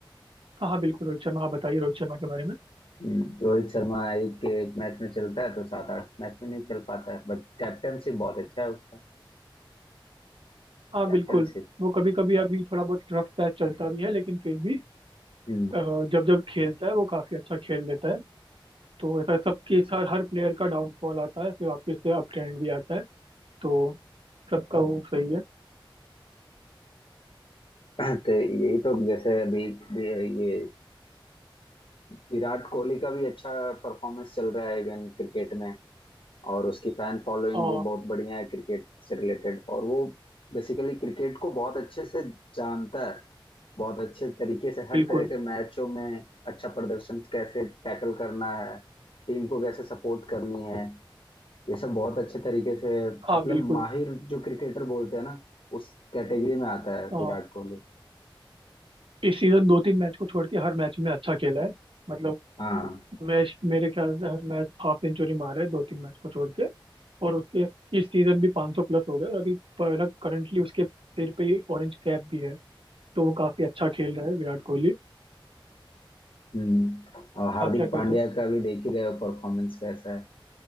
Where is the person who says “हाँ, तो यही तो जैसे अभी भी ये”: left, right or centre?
Left